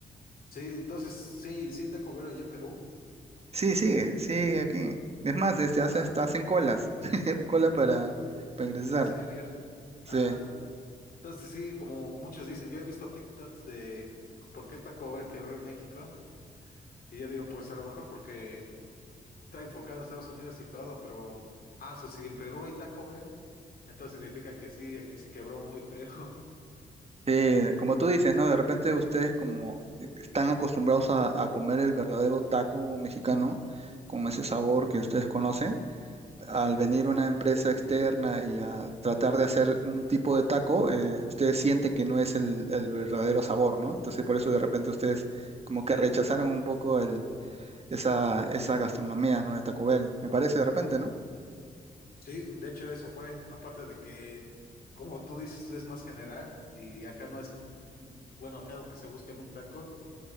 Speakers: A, on the left; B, on the right.
A: Sí, entonces, sí, sí, hay Taco Bell allá en Perú.
B: Sí, sigue, sigue aquí. Es más, este, hace,
A: Ah,
B: hasta
A: su-
B: hacen colas, <laughs> cola para, para ingresar.
A: en serio.
B: Sí.
A: Ah, entonces sí, como muchos dicen, yo he visto TikToks de por qué Taco Bell quebró en México, y yo digo, pues a lo mejor porque está enfocado en Estados Unidos y todo, pero, ah, eso sí, en Perú hay Taco Bell. Entonces significa que sí, aquí sí quebró muy feo. <laughs>
B: Sí, como tú dices, ¿no? De repente ustedes como e, están acostumbrados a, a comer el verdadero taco mexicano con ese sabor que ustedes conocen. Al venir una empresa externa y a tratar de hacer un tipo de taco, eh, ustedes sienten que no es el, el verdadero sabor, ¿no? Entonces por eso de repente ustedes como que rechazaron un poco el, esa, esa gastronomía, ¿no? De Taco Bell, me parece de repente, ¿no?
A: Sí, de hecho eso fue, aparte de que, como tú dices, es más general y acá no es, bueno, acá lo que se busca en un taco